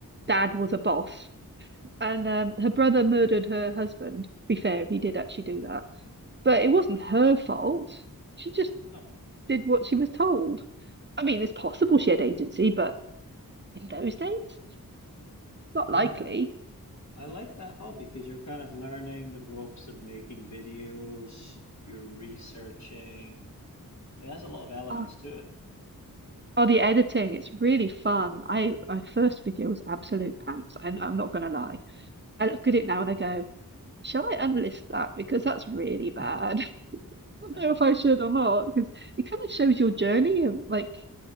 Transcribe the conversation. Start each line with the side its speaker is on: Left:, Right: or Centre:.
Right: dad was a boss, and um, her brother murdered her husband. To be fair, he did actually do that, but it wasn't her fault. She just
Left: Oh,
Right: did what she was told. I mean, it's possible she had agency, but in those days, not
Left: yeah,
Right: likely.
Left: that I like that hobby because you're kind of learning the ropes of making videos, you're researching. It has a lot of elements
Right: Oh,
Left: to
Right: Oh, the editing, it's really fun. I my first video was absolute pants. I'm, I'm not gonna lie. I look at it now and I go, shall I unlist that? Because that's really bad.
Left: it.
Right: <laughs> I don't
Left: <laughs>
Right: know if I should or not, because it kind of shows your journey of like